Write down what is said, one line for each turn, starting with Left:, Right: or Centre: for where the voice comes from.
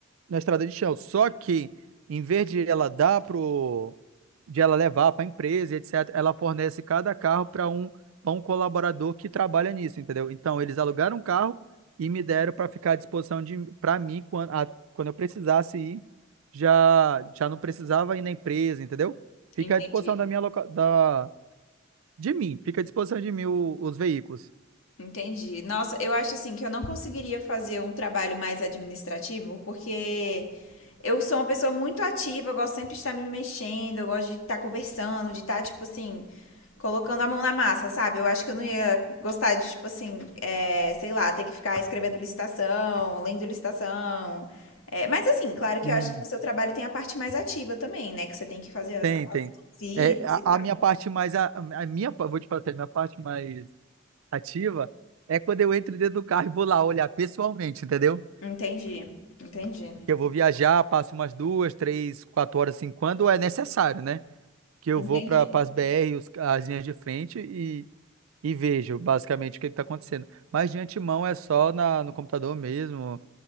Right: na estrada de chão. Só que, em vez de ela dar pro, de ela levar para a empresa, etc., ela fornece cada carro para um, para um colaborador que trabalha nisso, entendeu? Então, eles alugaram um carro e me deram para ficar à disposição de para mim quando, a- quando eu precisasse ir, já já não precisava ir na empresa, entendeu? Fica
Left: Entendi.
Right: à disposição da minha loca, da de mim, fica à disposição de mim o- os veículos.
Left: Entendi. Nossa, eu acho assim que eu não conseguiria fazer um trabalho mais administrativo, porque eu sou uma pessoa muito ativa, eu gosto sempre de estar me mexendo, eu gosto de estar conversando, de estar, tipo assim, colocando a mão na massa, sabe? Eu acho que eu não ia gostar de, tipo assim, é, sei lá, ter que ficar escrevendo licitação, lendo licitação. É, mas assim, claro que
Right: Hum.
Left: eu acho que no seu trabalho tem a parte mais ativa também, né? Que você tem que fazer as
Right: Tem,
Left: as
Right: tem.
Left: visitas
Right: É, a,
Left: e tal.
Right: a minha parte mais a, a minha, pa- vou te passar, a minha parte mais ativa é quando eu entro dentro do carro e vou lá olhar pessoalmente, entendeu?
Left: Entendi, entendi,
Right: Que eu vou viajar, passo umas duas, três, quatro horas assim, quando é necessário, né? Que eu
Left: entendi.
Right: vou para as BR, os- as linhas de frente e, e vejo basicamente o que está acontecendo. Mas de antemão é só na, no computador mesmo,